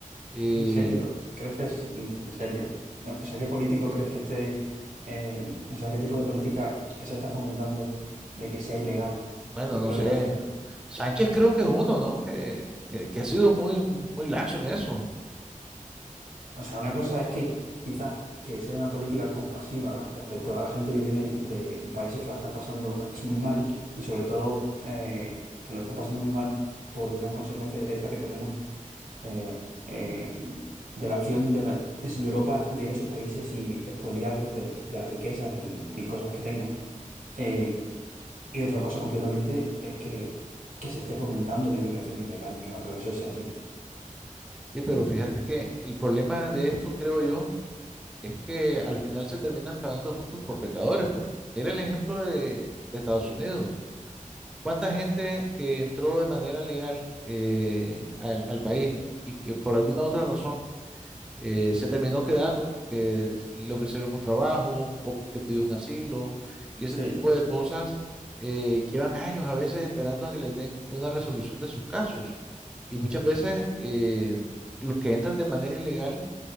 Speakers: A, in the centre; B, on the right (about 75°).
A: Y
B: en serio. ¿Crees que es en serio? O sea, ¿qué político crees que esté, eh, o sea, qué tipo de política se está fomentando de que sea ilegal?
A: bueno,
B: Yo
A: no
B: creo
A: sé,
B: que la gente,
A: Sánchez creo que es uno, ¿no? Que, que, que ha sido muy, muy laxo en eso.
B: o sea, una cosa es que quizás que sea una política compasiva respecto a gente que viene de países que la están pasando es muy mal y sobre todo eh, que lo están pasando muy mal por una consecuencia directa que tenemos eh, eh, de la acción de, la- es de Europa de ir a sus países y expoliarlos de, de las riquezas y, y cosas que tengan. Eh, y otra cosa completamente es que, que se esté fomentando la inmigración ilegal, que no creo que eso sea así.
A: Sí, pero fíjate que el problema de esto, creo yo, es que al final se terminan pagando justos por pecadores. porque Mira el ejemplo de, de Estados Unidos. ¿Cuánta gente que entró de manera legal eh, al, al país y que por alguna otra razón eh, se terminó quedando porque s- le ofrecieron un trabajo o porque pidió un asilo y ese
B: Sí.
A: tipo de cosas eh, llevan años a veces esperando a que les den una resolución de sus casos? Y muchas veces eh, los que entran de manera ilegal